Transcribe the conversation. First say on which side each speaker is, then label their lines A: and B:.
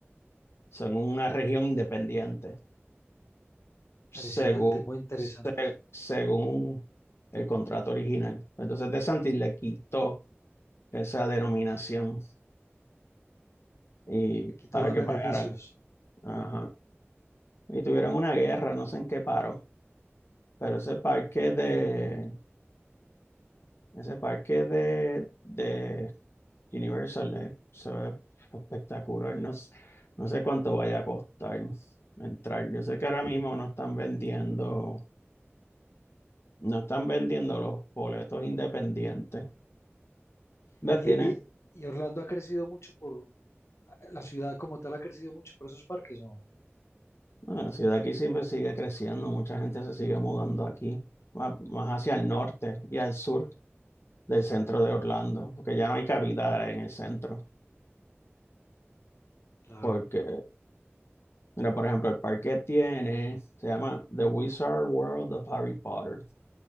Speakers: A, on the left (about 65°); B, on the left (about 80°).
A: Son una región independiente, según,
B: impresionante, muy interesante
A: se-
B: eso.
A: según el contrato original. Entonces DeSantis le quitó esa denominación. y
B: Le quito
A: para
B: los
A: que
B: beneficios.
A: pagaran. Ajá. Y tuvieron una guerra, no sé en qué paró, pero ese parque de, ese parque de, de Universal eh, se ve espectacular. No, s- no sé cuánto vaya a costar entrar. Yo sé que ahora mismo no están vendiendo, no están vendiendo los boletos independientes. ¿Ves?
B: Y,
A: Tiene,
B: y, y Orlando ha crecido mucho por, la ciudad como tal ha crecido mucho por esos parques, ¿no?
A: ah, la ciudad aquí siempre sigue creciendo, mucha gente se sigue mudando aquí, más más hacia el norte y al sur. del centro de Orlando, porque ya no hay cabida en el centro.
B: Claro,
A: Porque, mira, por ejemplo, el parque tiene, se llama The Wizard World of Harry Potter.